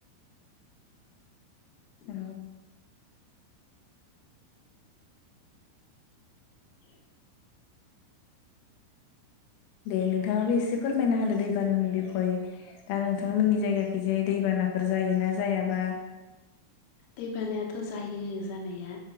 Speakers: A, on the left; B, on the left.
A: औ।
B: <inaudible>
A: दे नोंथाङाबो एसे फोरमायना होदो दैबानानि बिखय दा नोंथांमोननि जायगाखै जाय दैबा नाफोर जायोना जायाबा
B: दै बानायाथ जायो जानाया